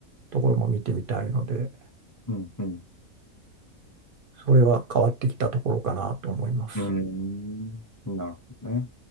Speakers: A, on the right (about 55°); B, on the left (about 20°).
A: ところも見てみたいので、
B: うんうん。
A: それは変わってきたところかなと思います。
B: うん。なるほどね。